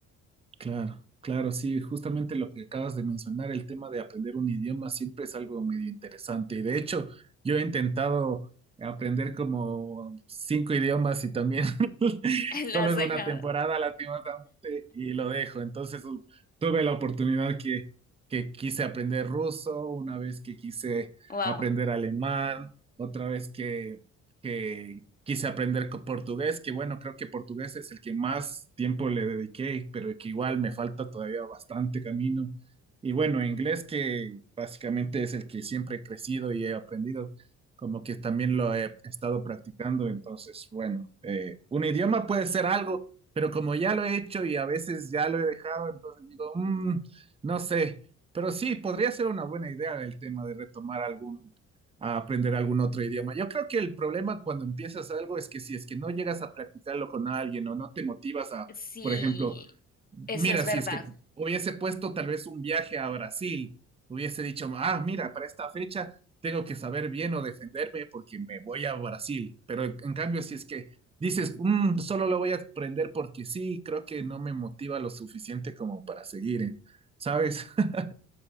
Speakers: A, on the right; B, on the left.
A: Claro, claro, sí, justamente lo que acabas de mencionar, el tema de aprender un idioma siempre es algo medio interesante. Y de hecho, yo he intentado aprender como cinco idiomas y también <laughs>
B: <laughs> Lo
A: solo
B: has
A: es
B: dejado.
A: una temporada, lastimosamente, y lo dejo. Entonces, u- tuve la oportunidad que, que quise aprender ruso, una vez que quise
B: Wow.
A: aprender alemán, otra vez que que quise aprender co- portugués, que bueno, creo que portugués es el que más tiempo le dediqué, pero que igual me falta todavía bastante camino. Y bueno, inglés que básicamente es el que siempre he crecido y he aprendido, como que también lo he estado practicando, entonces bueno, eh, un idioma puede ser algo, pero como ya lo he hecho y a veces ya lo he dejado, entonces digo, "Mm, no sé, pero sí, podría ser una buena idea el tema de retomar algún a aprender algún otro idioma. Yo creo que el problema cuando empiezas algo es que si es que no llegas a practicarlo con alguien o no te motivas a,
B: Sí,
A: por ejemplo, mira,
B: eso es
A: si
B: verdad.
A: es que hubiese puesto tal vez un viaje a Brasil, hubiese dicho, ah, mira, para esta fecha tengo que saber bien o defenderme porque me voy a Brasil. Pero en cambio, si es que dices, "Mm, solo lo voy a aprender porque sí, creo que no me motiva lo suficiente como para seguir, ¿eh? ¿sabes? <laughs>